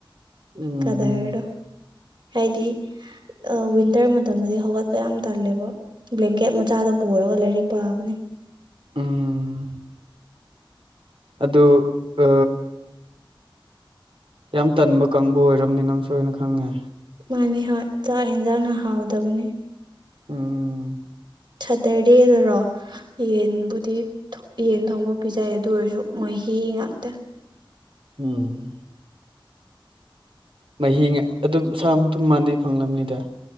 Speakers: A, on the right; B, on the right.
A: ꯎꯝ
B: ꯀꯗꯔꯗꯣ ꯍꯥꯏꯗꯤ ꯋꯤꯟꯇꯔ ꯃꯇꯝꯗꯗꯤ ꯍꯧꯒꯠ ꯐ ꯌꯥꯝ ꯇꯜꯂꯦꯕ ꯕ꯭ꯂꯦꯡꯀꯦꯠ ꯃꯆꯥꯗꯣ ꯄꯨꯔꯒ ꯂꯥꯏꯔꯤꯛ ꯄꯥꯕꯅꯦ
A: ꯎꯝ ꯑꯗꯨ ꯑ ꯌꯥꯝ ꯇꯟꯕ ꯀꯥꯡꯕꯨ ꯑꯣꯏꯔꯝꯅꯤ ꯅꯪꯁꯨ ꯑꯩꯅ ꯈꯪꯉꯦ
B: ꯃꯥꯅꯤ ꯍꯣꯏ ꯆꯥꯛ ꯌꯦꯟꯖꯥꯡꯅ ꯍꯥꯎꯗꯕꯅꯤ
A: ꯎꯝ
B: ꯁꯇꯔꯗꯦꯗꯔꯣ ꯌꯦꯟꯕꯨꯗꯤ ꯌꯦꯟ ꯊꯣꯡꯕ ꯄꯤꯖꯩ ꯑꯗꯨ ꯑꯣꯏꯔꯁꯨ ꯃꯍꯤ ꯉꯥꯛꯇ
A: ꯎꯝ ꯃꯍꯤ ꯑꯗꯨꯝ ꯁꯥ ꯃꯇꯨꯝ ꯃꯥꯟꯗꯦ ꯐꯪꯂꯝꯕꯅꯤꯗ